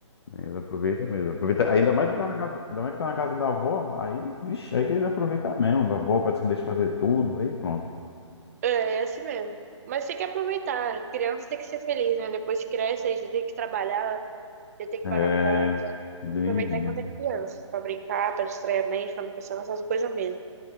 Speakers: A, on the left (about 55°); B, on the right (about 30°).
A: Eles aproveitam mesmo. Aproveita, ainda mais que tá na casa, ainda mais que tá na casa da avó, aí, vixe, aí que eles aproveitam mesmo. A avó parece que deixa fazer tudo, aí pronto.
B: É, é assim mesmo. Mas tem que aproveitar. Criança tem que ser feliz, né? Depois que cresce, aí já tem que trabalhar, já tem que
A: É,
B: pagar conta.
A: nem
B: Aproveitar
A: me diga.
B: enquanto é criança, pra brincar, pra distrair a mente, pra não pensar nessas coisas mesmo.